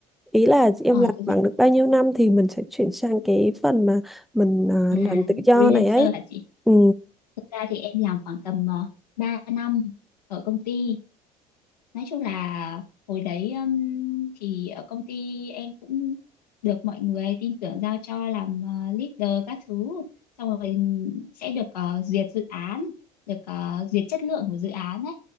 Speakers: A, in the centre; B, on the left.
A: ý là em
B: ờ,
A: làm
B: thực
A: bằng
B: ra
A: được bao nhiêu năm thì mình sẽ chuyển sang cái phần mà mình ờ,
B: à
A: làm tự do
B: freelancer
A: này ấy
B: hả chị
A: ừ.
B: thực ra thì em làm khoảng tầm uh, 3 năm ở công ty nói chung là hồi đấy um, thì ở công ty em cũng được mọi người tin tưởng giao cho làm ờ, leader các thứ xong rồi sẽ được ờ, duyệt dự án được ờ, duyệt chất lượng của dự án đấy